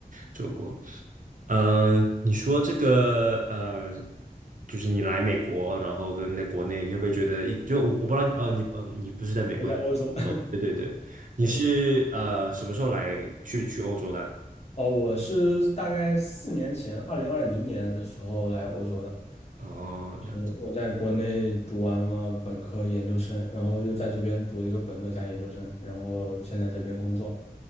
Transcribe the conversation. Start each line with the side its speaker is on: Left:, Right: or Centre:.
Right: 做过。呃，你说这个呃，就是你来美国，然后跟在国内，你会不会觉得一，就我我不知道，呃，你呃，你不是在美国，
Left: 我在欧洲，
Right: 你哦，对对对，你是呃什么时候来去去欧洲的？
Left: <laughs> 对。哦，我是大概四年前，二零二零年的时候来欧洲的。
Right: 哦，
Left: 就是我在国内读完了本科、
Right: 那
Left: 研究生，然后又在这边读了一个本科加研究生，然后现在这边工作。